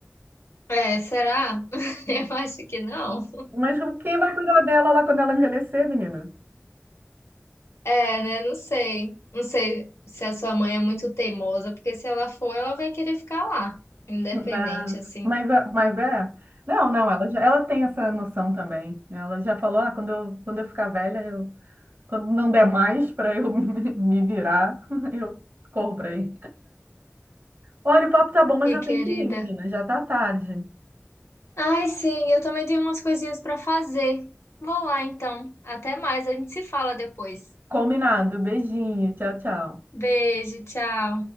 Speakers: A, on the left; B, on the right.
A: É, será? <laughs> Eu acho que não.
B: Mas quem vai cuidar dela lá quando ela envelhecer, menina?
A: É, né? Não sei. Não sei se a sua mãe é muito teimosa, porque se ela for, ela vai querer ficar lá, independente,
B: Não,
A: assim.
B: mas, é- mas é. Não, não, ela, já, ela tem essa noção também. Ela já falou: ah, quando eu, quando eu ficar velha, eu, quando não der mais para eu <laughs> me me virar, <laughs> eu corro para aí. Olha, o papo tá bom, mas
A: Que
B: eu
A: querida.
B: tenho que ir, menina. Já tá tarde.
A: Ai, sim, eu também tenho umas coisinhas para fazer. Vou lá então. Até mais, a gente se fala depois.
B: Combinado. Beijinho. Tchau, tchau.
A: Beijo, tchau.